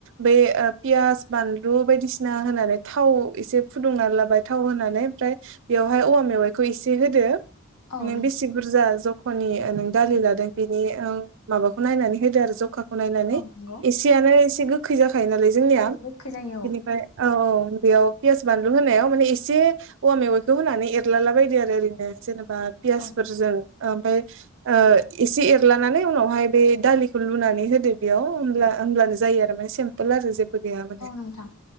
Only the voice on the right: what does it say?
बे पियास बानलु बायदिसि होनानै थाव एसे फुदुंनानै लाबाय थाव होनानै ओमफ्राय बेयावहाय ओवा मेवाइखौ एसे होदो
नों
बेसे बुरजा जखानि नों दालि लादों बिनि माबाखौ नायनानै होदो आरो जखाखौ नायनानै
एसेयानो एसे गोखै जाखायो नालाय जोंनिया
बेनिफ्राय औ औ बेयाव पियास बानलु होनायाव माने एसे औवा मेवाइखौ होनानै एरलाला बायदो आरो ओरैनो जेनेबा बा
पियासफोरजों आमफाय ओ एसे एरलानानै उनावहाय बे दालिखौ लुनानै होदो बेयाव होमब्ला होमब्लानो जायो आरो सिमपोल आरो जेबो गैया
माने